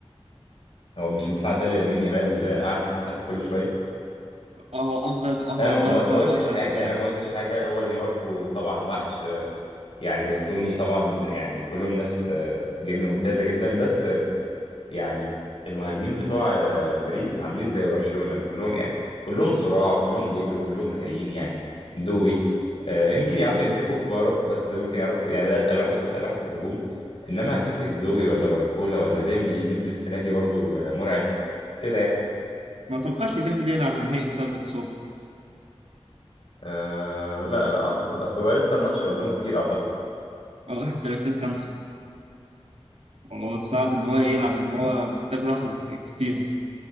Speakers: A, on the left; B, on the right.
A: هو مش الدفاع ده اللي لامين يامال قاعد يفسحه كل شويه
B: اهو افضل اهو
A: انا ما
B: بقى
A: ما- ما
B: طلع
A: قلتش
B: افضل
A: حاجه
B: دفاع
A: انا ما قلتش حاجه هو دي ماركو طبعا وحش يعني باستوني طبعا زي- يعني كلهم ناس آه، جميل ممتازه جدا بس آه، يعني المهاجمين بتوع آه، باريس عاملين زي برشلونه كلهم يعني كلهم صراع كلهم بيجروا كلهم مهاريين يعني دوي آه، يمكن يعرفوا يمسكوا كفارا بس ده اللي ممكن يعرفوا يعني ده اتقل واحد اتقل واحد في الهجوم انما هتمسك دوي ولا باركولا ولا ديمبلي ديمبلي السنه دي برضو آه، مرعب كده يعني
B: ما توقعش ديمبلي يلعب النهائي بسبب الاصابه
A: أه لا لا اعتقد اصل هو لسه الماتش قدامه كتير اعتقد
B: او 31 5 والله صعب ان هو يلعب لان هو محتاج راحه كتير